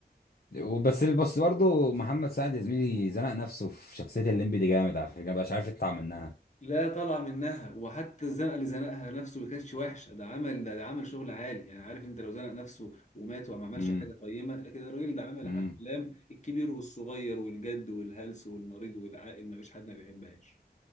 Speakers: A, on the left; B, on the left.
A: وبس بس برضه محمد سعد يا زميلي زنق نفسه في شخصيه الليمبي دي جامد على فكره مبقاش عارف يطلع منها
B: لا طالعه منها وحتى الزنقه اللي زنقها نفسه ما كانتش وحشه ده عمل ده, ده عمل شغل عالي يعني عارف انت لو زنق نفسه ومات وما عملش
A: امم
B: حاجه قيمه لكن الراجل ده عمل
A: امم
B: افلام الكبير والصغير والجد والهلس والمريض والعاقل ما فيش حد ما بيحبهاش